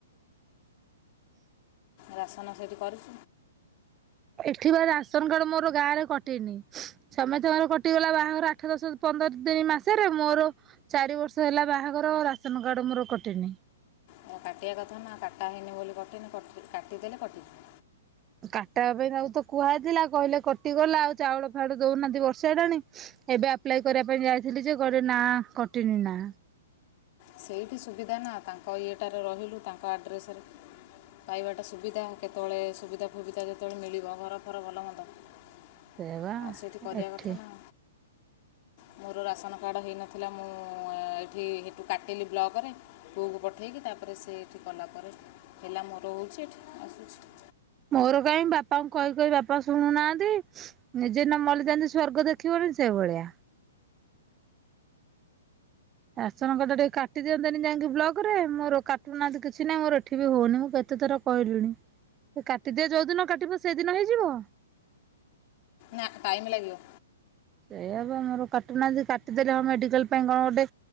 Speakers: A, on the left; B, on the right.
A: ରାସନ ସେଇଠି କରି
B: ଏଠି ବା ରାସନ କାର୍ଡ ମୋର ଗାଁ ରେ କଟେଇନି ଛମେ ତ ଘର କଟିଗଲା ବାହାଘର ଆଠ ଦଶ ପନ୍ଦର ଦିନ ମାସରେ ମୋର ଚାରି ବର୍ଷ ହେଲା ବାହାଘର ରାସନ କାର୍ଡ ମୋର କଟିନି।
A: ଆଉ କାଟିବା କଥା ନା କାଟା ହେଇନି ବୋଲି କଟିନି କାଟିଦେଲେ କଟିିବ।
B: କାଟା ହେବା ପାଇଁ ତାକୁ ତ କୁହାହେଇଥିଲା କହିଲେ କଟିଗଲା ଆଉ ଚାଉଳ ଫାଉଳ ଦଉନାହାନ୍ତି ବର୍ଷେ ହେଲାଣି। ଏବେ ଆପ୍ଲାଏ କରିବା ପାଇଁ ଯାଇଥିଲି ଯେ କହିଲେ ନାଁ କଟିନି ନା।
A: ସେଇଠି ସୁବିଧା ନା ତାଙ୍କ ଇଏଟାରେ ରହିଲୁ ତାଙ୍କ ଆଡ଼୍ରେସରେ ପାଇବାଟା ସୁବିଧା କେତେବେଳେ ସୁବିଧା ଫୁବିଧା ଯେତେବେଳେ ମିଳିବ ଘର ଫର ଭଲ ମନ୍ଦ ଆଉ
B: ସେଇବା
A: ସେଇଠି କରିବା
B: ଏଠି
A: କଥା ନା। ମୋର ରାସନ କାର୍ଡ଼ ହେଇନଥିଲା ମୁଁ ଏଠି କାଟିଲି ବ୍ଲକରେ ପୁଅକୁ ପଠେଇକି ତାପରେ ସେଠି କଲାପରେ ହେଲା ମୋର ହଉଛି ଏଠି ଆସୁଛି।
B: ମୋର କାହିଁ ବାପାଙ୍କୁ କହି କହି ବାପା ଶୁଣୁନାହାନ୍ତି। ନିଜେ ନ ମଲେ ଯେନ୍ତି ସ୍ଵର୍ଗ ଦେଖିବନି ସେଇଭଳିଆ। ରାସନ କାର୍ଡ ଟିକେ କାଟି ଦିଅନ୍ତେନି ଯାଇକି ବ୍ଲକ ରେ ମୋର କାଟୁନାହାନ୍ତି କିଛି ହିଁ ମୋର ଏଠି ବି ହଉନି ମୁଁ କେତେଥର କହିଲୁଣି ସେ କାଟିଦିଅ ଯୋଉ ଦିନ କାଟିବ ସେଦିନ ହେଇଯିବ।
A: ନା ଟାଇମ୍ ଲାଗିବ।
B: ସେୟାବା ମୋର କାଟୁନାହାନ୍ତି କାଟିଦେଲେ ହଁ ମେଡିକାଲ ପାଇଁ କଣ ଗୋଟେ